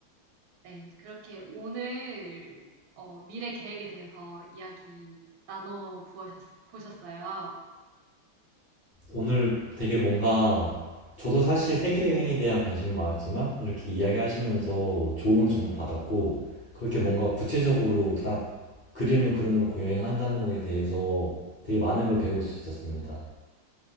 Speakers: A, on the right; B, on the left.
A: 네, 그렇게 오늘 어, 미래 계획에 대해서 이야기 나눠 보셨, 보셨어요.
B: 오늘 되게 뭔가 저도 사실 세계여행에 대한 관심은 많았지만 이렇게 이야기하시면서 좋은 정보 받았고 그렇게 뭔가 구체적으로 딱 그림을 그려놓고 여행한다는 거에 대해서 되게 많은 걸 배울 수 있었습니다.